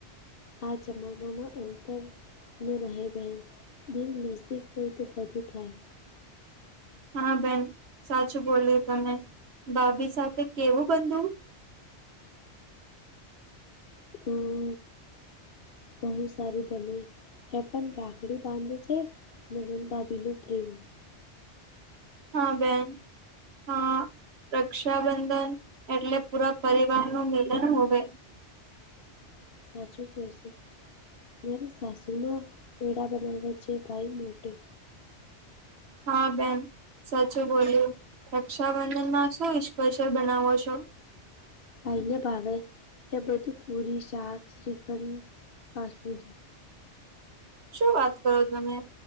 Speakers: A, on the left (about 60°); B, on the right (about 65°).
A: આ જમાના માં અંતર નો રહે બેન દિલ નજદીક હોય તો બધું થાય.
B: હા બેન સાચું બોલ્યુ તમે ભાભી સાથે કેવું બધું
A: હમ બહુ સારી બને હે પણ રાખડી બાંધે છે નણંદભાભી નું પ્રેમ.
B: હા બેન. હા રક્ષાબંધન એટલે પૂરા પરિવાર નું મિલન હોવે.
A: સાચું કેહે સે મેરી સાસુંમાં પેડા બનાવયા છે ભાઈ માટે.
B: હા બેહન સાચું બોલ્યું રક્ષાબંધન માં શું ઈસ્પેશયલ બનાવો છો?
A: ભાઈને ભાવે એ બધું પૂરી, શાક, શીખંડ, બાસુદી.
B: શું વાત કરો તમે?